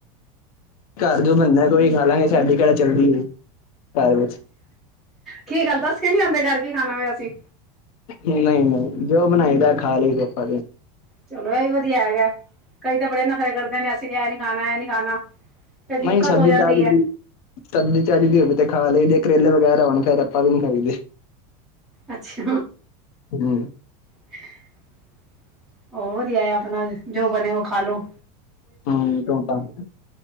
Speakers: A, on the left; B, in the centre.
A: ਘਰ ਜੋ ਬੰਨਣਾ ਓਹੀ ਖਾਲਾਂਗੇ, ਸਾਡੀ ਕੇਹੜਾ ਚੱਲਦੀ ਏ ਘਰ ਵਿਚ।
B: ਕੀ ਗੱਲ ਦੱਸ ਕੇ ਨੀ ਆਦੇ ਘਰ ਕੀ ਖਾਣਾ <unintelligible> ਅਸੀਂ।
A: ਨਹੀਂ ਨਹੀਂ ਜੋ ਬਣਾਈਦੈ ਖਾ ਲਈ ਦੇ ਆਪਾਂ ਤੇ।
B: ਚਲੋ ਏਹ ਵੀ ਵਧੀਆ ਹੈਗਾ ਕਈ ਤਾਂ ਬੜੇ ਨਖਰੇ ਕਰਦੇ ਨੇ ਅਸੀਂ ਨੇ ਏਹ ਨੀ ਖਾਣਾ ਏਹ ਨੀ ਖਾਣਾ। ਫਿਰ ਦਿਕਤ
A: ਨਹੀਂ ਸਬਜ਼ੀ
B: ਹੋ ਜਾਂਦੀ
A: ਚੱਜ
B: ਐ।
A: ਦੀ ਸਬਜ਼ੀ ਚੱਜ਼ ਦੀ ਹੋਵੇ ਤੇ ਖਾ ਲਈਦੇ ਕਰੇਲੇ ਵਗੈਰਾ ਹੋਣ ਫੇਰ ਆਪਾਂ ਵੀ ਨਹੀ ਖਾਈਦੇ।
B: ਅੱਛਾ।
A: ਹੂੰ
B: <unintelligible> ਵਧੀਆ ਆਪਣਾ ਜੋ ਬਣਿਆ ਉਹ ਖਾਲੋ।
A: ਹੂੰ <unintelligible>